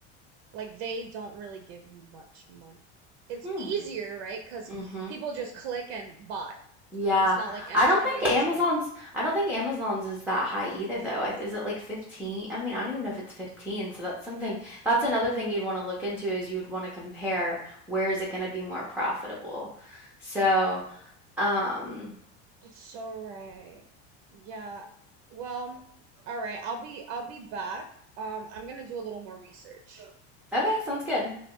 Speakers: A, on the right; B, in the centre.
A: Like they don't really give you much money. It's
B: hmm.
A: easier, right? Because
B: Mm-hmm.
A: people just click and buy.
B: Yeah.
A: It's not like Amazon
B: I don't think
A: where you have
B: Amazon's
A: to like.
B: I don't think Amazon's is that high either though. I, is it like 15? I mean, I don't even know if it's 15. So that's something that's another thing you'd want to look into is you would want to compare where is it going to be more profitable. So, um
A: That's so right. Yeah. Well, all right. I'll be I'll be back. Um, I'm gonna do a little more research.
B: okay, sounds good.